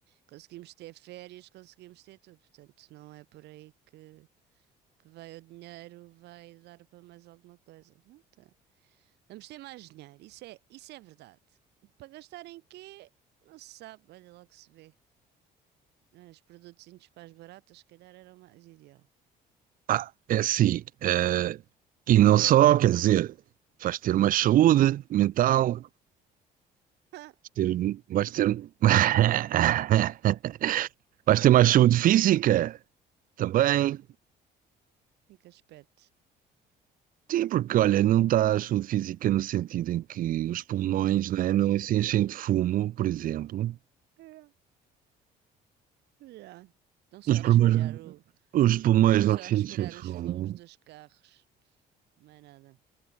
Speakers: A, on the right; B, on the right.
A: conseguimos ter férias, conseguimos ter tudo, portanto não é por aí que que veio o dinheiro, vai dar para mais alguma coisa. Não tá. Vamos ter mais dinheiro, isso é, isso é verdade. Para gastar em quê? Não se sabe, olha lá que se vê. Os produtos para as baratas, se calhar, era o mais ideal. <laughs>
B: Ah, é assim. eh, E não só, quer dizer, vais ter mais saúde mental, vais
A: Ah,
B: ter, vais ter, <laughs> vais ter mais saúde física também.
A: Em que aspecto?
B: Sim, porque olha, não está a saúde física no sentido em que os pulmões, né, não se enchem de fumo, por exemplo.
A: É, Já. Estão só
B: Os
A: a respirar
B: pulmões,
A: o...
B: os pulmões
A: Estão só
B: não
A: a
B: se
A: respirar
B: enchem de
A: os
B: fumo.
A: fumos dos carros. Não é nada.